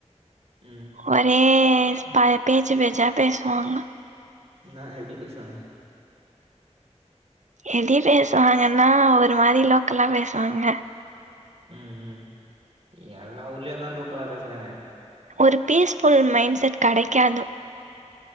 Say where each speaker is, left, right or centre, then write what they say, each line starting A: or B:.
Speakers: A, on the right; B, on the right.
A: ம்
B: ஒரே பழைய பேச்சு பேச்சா பேசுவாங்க
A: என்னா எப்டி பேசுவாங்க
B: எப்டி பேசுவாங்கன்னா ஒரு மாரி லோக்கலா பேசுவாங்க
A: ம் ம் எல்லா ஊர்லயுந்தா லோக்கலா பேசுறாங்க
B: ஒரு பீஸ்ஃபுல் மைண்ட் செட் கெடைக்காது